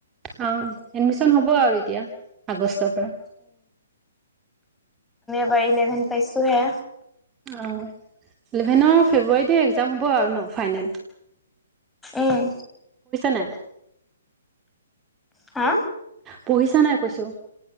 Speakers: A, on the right (about 20°); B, in the centre.
A: অ' এ হ'ব আৰু এতিয়া আগষ্টৰ পৰা।
B: বা, ইলেভেন পাইছো হে
A: অ' ইলেভেনৰ ফেব্ৰুৱাৰীতে এক্জাম হ'ব আৰু ন ফাইনেল
B: আহ!
A: ন!
B: হা!
A: পঢ়িছা নাই কৈছো।